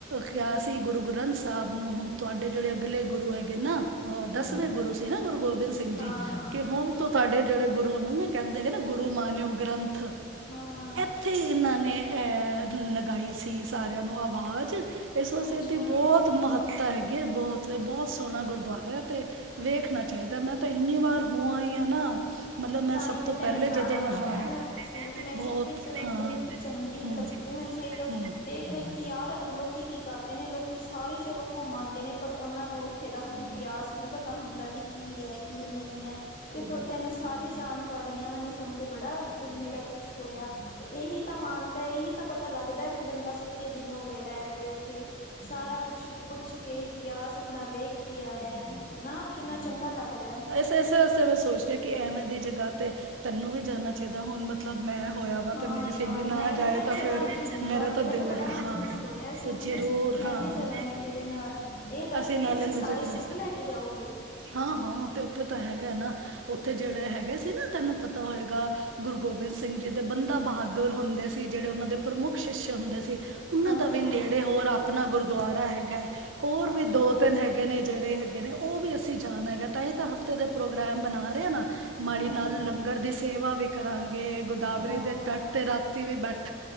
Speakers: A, on the right; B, on the left.
A: ਕਿਹਾ ਸੀ। ਗੁਰੂ ਗ੍ਰੰਥ ਸਾਹਿਬ ਨੂੰ ਹੁਣ ਤੁਹਾਡੇ ਜਿਹੜੇ ਅਗਲੇ ਗੁਰੂ ਹੈਗੇ ਨਾ ਅ ਦਸਵੇਂ
B: ਹਾਂ
A: ਗੁਰੂ ਸੀ ਨਾ ਗੁਰੂ ਗੋਬਿੰਦ ਸਿੰਘ ਜੀ।
B: ਹਾਂ ਹਾਂ
A: ਕਿ ਹੁਣ ਹੁਣ ਣ ਤੋਂ ਤੁਹਾਡੇ ਜਿਹੜੇ ਗੁਰੂ ਨੇ ਨਾ ਕਹਿੰਦੇ ਗ ਨਾ ਗੁਰੂ ਮਾਨਿਓ ਗ੍ਰੰਥ
B: ਹਾਂ ਅਅ
A: ਉੱਥੇ ਇਹਨਾਂ ਨੇ ਐਹ ਲਗਾਈ ਸੀ। ਸਾਰਿਆਂ ਨੂੰ ਅਵਾਜ਼ ਇਸ ਵਾਸਤੇ
B: ਅੱਛਾ
A: ਇਦੀ ਬੋਤ ਮਹੱਤਤਾ ਤਾਂ ਹੈਗੀ ਆ ਬੋਤ ਇਹ ਬੋਤ ਸੋਹਣਾ ਗੁਰਦੁਆਰਾ ਹੈ ਤੇ ਵੇਖਣਾ ਚਾਹੀਦਾ ਮੈਂ ਤਾਂ ਇੰਨੀ ਵਾਰ ਹੋ ਆਈ ਹਾਂ ਆ ਨਾ। ਮਤਲਬ ਮੈਂ
B: ਤਾਂਹੀ
A: ਸਭ
B: ਤੇ
A: ਤੋਂ
B: ਤੈਨੂੰ
A: ਪਹਿਲੇ
B: ਸਾਰਾ
A: ਜਦੋਂ
B: ਪਤਾ
A: ਹਾਂ
B: ਹੈ। ਮੈਂ ਸੁਣ ਮੈਂ
A: ਬਹੁਤ
B: ਕਿਹਾ ਤੈਨੂੰ
A: ਹਾਂ
B: ਇੰਨੀ ਚੰਗੀ
A: ਹੂੰ
B: ਲੱਗੀ ਮੈਨੂੰ ਦੇ
A: ਹੂੰ
B: ਦੇਖ ਵੇਖੀ ਯਾਰ ਲੋਕੀ ਕੀ ਕਰਦੇ ਨੇ ਲੋਕੀ ਸਾਰੀ ਜਗ੍ਹਾ ਘੁੰਮ ਆਂਦੇ ਨੇ ਪਰ ਉਹਨਾਂ ਨੂੰ ਉੱਥੇ ਦਾ ਇਤਿਹਾਸ ਨਹੀਂ ਪਤਾ ਹੁੰਦਾ। ਵੀ ਕੀ ਹੈ? ਕੀ ਨਹੀਂ ਹੈ? ਤੇ ਤੈਨੂੰ ਸਾਰੀ ਜਾਣਕਾਰੀ ਹੈ। ਮੈਨੂੰ ਸੁਣ ਕੇ ਬੜਾ ਦਿਲ ਮੇਰਾ ਖੁਸ਼ ਹੋਇਆ। ਇਹੀ ਤਾਂ ਮਾਨ ਤਾਂ ਇਹੀ ਤਾਂ ਪਤਾ ਲੱਗਦਾ ਵੀ, ਬੰਦਾ ਸੱਚੇ ਦਿਲੋਂ ਗਿਆ ਹੈ ਤੇ ਉੱਥੇ ਸਾਰਾ ਕੁਛ ਪੁੱਛ ਕੇ ਇਤਿਹਾਸ ਆਪਣਾ ਵੇਖ ਕੇ ਆਇਆ ਹੈਨਾ। ਕਿੰਨਾ ਚੰਗਾ ਲੱਗਦਾ ਹੈ।
A: ਇਸੇ ਵਾਸਤੇ ਮੈਂ ਸੋਚ ਰਹੀ ਕਿ ਐਵੇਂ ਦੀ ਜਗ੍ਹਾ ਤੇ, ਤੈਨੂੰ ਵੀ ਜਾਣਾ ਚਾਹੀਦਾ ਹੁਣ ਮਤਲਬ ਮੈਂ ਹੋਏਆਵਾ
B: ਹਾਂ
A: ਤੇ ਮੇਰੀ
B: ਯਾਰ
A: ਸਹੇਲੀ ਨਾ
B: ਮੈਂ ਵੀ
A: ਜਾਏ
B: ਮੈਂ
A: ਤਾਂ
B: ਚਲਾਂਗੀ
A: ਫੇਰ
B: ਹੁਣ ਦੀ
A: ਮੇਰਾ
B: ਵਾਰ
A: ਤਾਂ ਦਿਲ
B: ਬੜਾ
A: ਹੈ
B: ਮਨ
A: ਹਾਂਅ
B: ਖੁਸ਼ ਹੋਇਆ ਸੁਣ
A: ਤੇ ਜ਼ਰੂਰ
B: ਕੇ ਮੈਂ
A: ਹਾਂ।
B: ਵੀ ਚਲਾਂਗੀ ਤੇਰੇ ਨਾਲ ਇਹ ਦੱਸ
A: ਅਸੀਂ ਨਾਲੇ
B: ਤੁਸੀਂ
A: ਮਜ਼ੇ
B: ਸਾਰੇ
A: ਕਰਾ
B: ਸੂਟ ਲੈ ਕੇ ਜਾਓਗੇ
A: ਹਾਂ ਹਾਂ ਤੇ ਉੱਥੇ ਤਾਂ ਹੈਗਾ ਨਾ। ਉੱਥੇ ਜਿਹੜੇ ਹੈਗੇ ਸੀ ਨਾ ਤੈਨੂੰ ਪਤਾ ਹੋਏਗਾ ਗੁਰੂ ਗੋਬਿੰਦ ਸਿੰਘ ਜੀ ਦੇ ਬੰਦਾ ਬਹਾਦੁਰ ਹੁੰਦੇ ਸੀ। ਜਿਹੜੇ ਉਹਨਾਂ ਦੇ ਪ੍ਰਮੁੱਖ ਸਿਅਸ਼ ਹੁੰਦੇ ਸੀ। ਉਹਨਾਂ
B: ਹਾਂਅ
A: ਦਾ ਵੀ ਨੇੜੇ ਹੋਰ ਆਪਣਾ ਗੁਰਦੁਆਰਾ ਹੈਗਾ। ਹੋਰ
B: ਅੱਛਾ
A: ਵੀ ਦੋ ਤਿੰਨ ਹੈਗੇ ਨੇ ਜਿਹੜੇ ਹੈਗੇ ਨੇ ਉਹ ਵੀ ਅਸੀਂ ਜਾਣ ਹੈਗਾ, ਤਾਂ ਤਾਂ ਹੀ ਹਫ਼ਤੇ ਦਾ ਪ੍ਰੋਗਰਾਮ ਬਣਾ ਰਿਹਾ ਨਾ ਮਾੜੀ
B: ਹਾਂ
A: ਨਾਲ
B: ਹਾਂ
A: ਲੰਗਰ ਦੀ ਸੇਵਾ ਵੀ ਕਰਾਂਗੇ। ਗੋਦਾਵਰੀ
B: ਹਾਂ
A: ਦੇ ਤਟ ਤੇ ਰਾਤੀ ਵੀ ਬੈਠਾ